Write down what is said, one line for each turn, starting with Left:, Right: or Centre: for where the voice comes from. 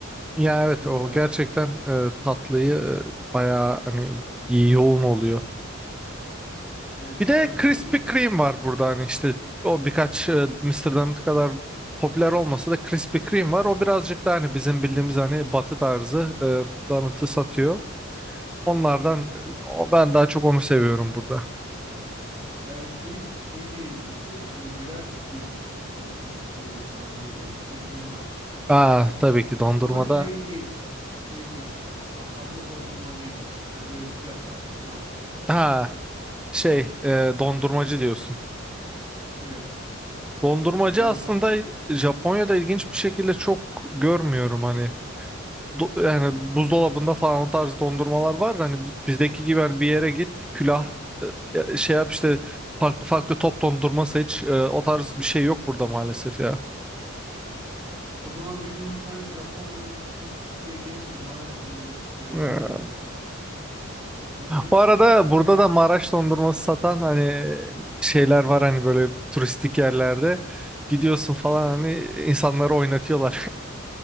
Centre: Ya
Right: gibi
Centre: evet
Right: bir
Centre: o
Right: olay
Centre: gerçekten
Right: var.
Centre: e, tatlıyı e, bayağı hani iyi yoğun oluyor.
Right: Evet
Centre: Bir de
Right: öyle
Centre: Krispy
Right: bir durum
Centre: Kreme
Right: var.
Centre: var burada hani işte o birkaç e, Mr. Donut kadar popüler olmasa da Krispy Kreme var. O birazcık da hani bizim bildiğimiz hani batı tarzı e, donut'ı satıyor. Onlardan
Right: Hı hı.
Centre: e, o, ben daha çok onu seviyorum burada.
Right: E, şey, şey diyelim peki hani girer büyük konuştuğumuz konuya tahmin ediyorum dondurma.
Centre: Aa tabii ki dondurmada.
Right: Ama şey değil. Şey değil. Ah, hazır dondurma değil. Hani böyle külahta satılan.
Centre: Ha şey e, dondurmacı diyorsun.
Right: Evet.
Centre: Dondurmacı
Right: Öyle
Centre: aslında
Right: do-
Centre: Japonya'da ilginç bir şekilde çok görmüyorum hani. do- yani buzdolabında falan o tarz dondurmalar var da hani bi- bizdeki gibi hani bir yere git külah e, şey yap işte farklı farklı top dondurma seç E, o tarz bir şey yok burada maalesef ya.
Right: o zaman bir gün bir tane Japonla birlikte senin Türkiye'ye gelip bir Maraş dondurması falan yedirmen
Centre: Ha.
Right: gerekiyor. Hani böyle
Centre: Bu arada
Right: e,
Centre: burada
Right: ma-
Centre: da Maraş dondurması satan hani şeyler var hani böyle turistik yerlerde gidiyorsun falan
Right: hakikaten
Centre: hani insanları oynatıyorlar.